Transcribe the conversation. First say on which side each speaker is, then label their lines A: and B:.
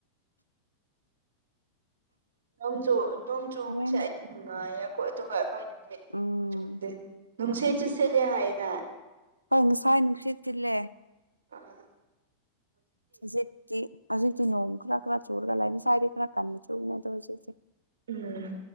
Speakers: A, on the right (about 65°); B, on the right (about 85°).
A: ꯅꯣꯡ ꯆꯨ ꯅꯣꯡ ꯆꯨꯕꯁꯦ
B: ꯍꯣꯔꯦꯟꯅ
A: ꯑꯩꯗꯤ ꯅꯨꯡꯉꯥꯏꯌꯦ ꯑꯈ‌ꯣꯏ ꯑꯗꯨꯒ ꯑꯩꯈꯣꯏꯗꯤ <unintelligible>
B: ꯎꯝ
A: ꯆꯨꯗ‌ꯦ ꯅꯨꯡꯁꯤꯠꯁꯨ ꯁꯤꯠꯂ‌ꯦ ꯍꯥꯏꯌ‌ꯦꯗ ꯫
B: ꯍ‌ꯣꯏ ꯉꯁꯥꯏ ꯅꯨꯡꯁꯤꯠ ꯁꯤꯠꯂꯦ ꯫
A: ꯎꯝ
B: ꯍꯧꯖꯤꯛꯇꯤ ꯍꯧꯖꯤꯛꯇꯤ ꯅꯣꯡ ꯈꯔ ꯈꯔ ꯆꯨꯔꯒ ꯂꯥꯏꯔꯤ ꯉꯁꯥꯏꯗꯤ ꯈꯔ ꯀꯟꯅ ꯆꯨꯕꯅꯦꯗ‌ꯣ ꯍꯧꯖꯤꯛꯇꯤ
A: ꯎꯝ